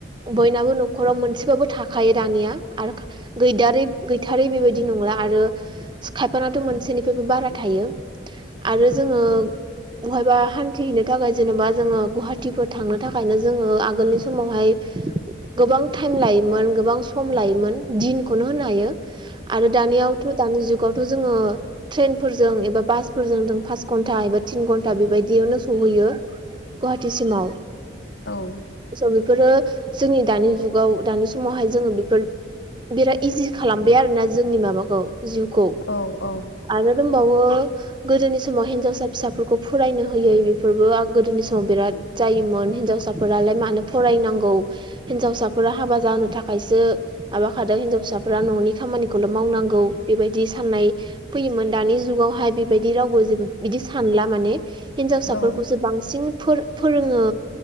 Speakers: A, on the right; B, on the left.
A: बयनाबो न'खराव मोनसेबाबो थाखायो दानिया गैथारै बेबायदि नंला आरो खायफानाथ' मोनसेनिफ्राय बारा थायो आरो जोङो बहायबा हान्थिहैनो थाखाय जेनेबा जोङो गुवा सुटिफोर थांनो थाखायनो जोङो आगोलनि समावहाय गोबां थाइम लायोमोन गोबां सम लोयोमोन दिन नो होनो हायो आरो दथ' दानि जुगावथ' जोङो थ्रेन फोरजों एबा बासफोरजों जों पास घन्टा एबा थिन घन्टा गुवाहाटिसिमाव
B: औ
A: स' बेफोरो जोंनि दानि जुगाव दानि समावहाय जोङो बेफोर बिराद इजि खालामबाय आरोना जोंनि माबाखौ जिउखौ
B: औ औ
A: आरो होनबावो गोदोनि समाव हिनजावसा फिसाफोरखौ फरायनो होयै बेफोरबो गोदोनि समाव बिराद जायोमोन हिनजावसाफोरालाय मानो फरायनांगौ हिनजावसाफोरा हाबा जानो थाखायसो माबाखादों हिनजावसाफ्रा न'नि खामानिखौल' मावनांगौ बेबायदि साननाय फैयोमोन। दानि जुगावहाय बेबायदि रावबो जेबो बिदि सानला माने हिनजावसाफोरखौसो
B: औ
A: बांसिन फोर फोरोङो